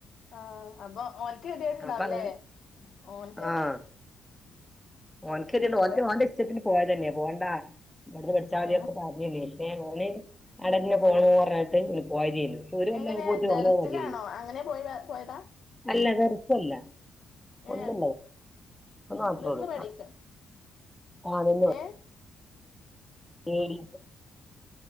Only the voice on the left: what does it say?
ആ അപ്പൊ ഓൻക്ക് കേദിയെട്ണ്ടാവു
ലെ ഓൻക്ക്
ഹലോ
ആ
ആ
എങ്ങനെ ദർസിലാണോ
അങ്ങനെ പോയി പോയതാ
ഏ
നിന്ന്
പഠിക്ക
ഏ